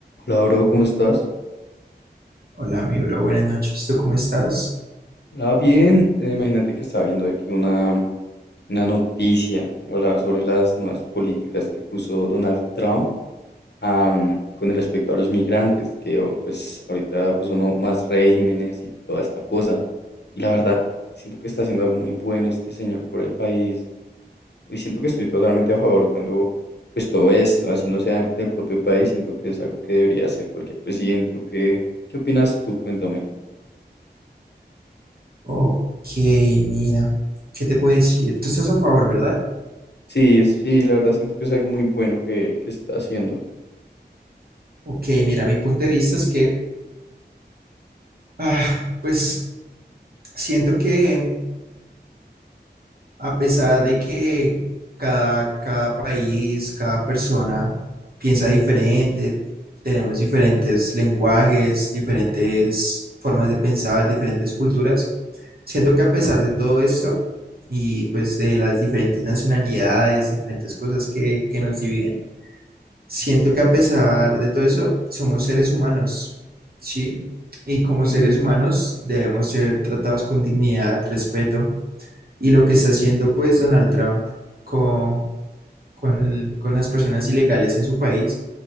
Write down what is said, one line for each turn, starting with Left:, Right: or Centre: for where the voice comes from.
Left: Hola, bro, ¿cómo estás?
Right: Hola, mi bro, buenas noches. ¿Tú cómo estás?
Left: Hola, bien. Eh, imagínate que estaba viendo aquí una, una noticia. Hablaba sobre las nuevas políticas que puso Donald Trump am, con respecto a los migrantes, que oh, pues ahorita puso no- más regímenes y toda esta cosa. Y la verdad, siento que está haciendo algo muy bueno este señor por el país. Y siento que estoy totalmente a favor cuando pues todo esto, así no sea del propio país, siento que es algo que debería hacer cualquier presidente. ¿O qué, qué opinas tú? Cuéntame.
Right: Ok, mira, ¿qué te puedo decir? Tú estás a favor, ¿verdad?
Left: Sí, es- sí, la verdad siento que es algo muy bueno que, que está haciendo.
Right: Ok, mira, mi punto de vista es que, ah, pues siento que A pesar de que cada, cada país, cada persona piensa diferente, tenemos diferentes lenguajes, diferentes formas de pensar, diferentes culturas, siento que a pesar de todo esto y pues de las diferentes nacionalidades, diferentes cosas que, que nos dividen, siento que a pesar de todo eso somos seres humanos, ¿sí? Y como
Left: Ujú.
Right: seres humanos debemos ser tratados con dignidad, respeto. Y lo que está haciendo pues Donald Trump con, con, con las personas ilegales en su país